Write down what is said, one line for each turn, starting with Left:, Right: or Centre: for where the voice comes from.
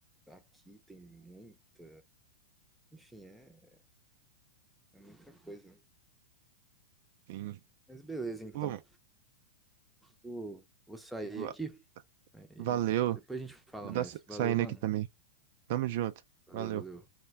Centre: aqui tem muito. Enfim, é, é muita coisa.
Right: sim.
Centre: Mas beleza, então.
Right: Pô,
Centre: Vou, vou sair
Right: Va-
Centre: aqui, aí
Right: Valeu.
Centre: depois a gente fala
Right: Vou
Centre: mais.
Right: dar sa-
Centre: Valeu,
Right: saindo
Centre: mano.
Right: aqui também. Tamo junto.
Centre: Valeu,
Right: Valeu.
Centre: valeu.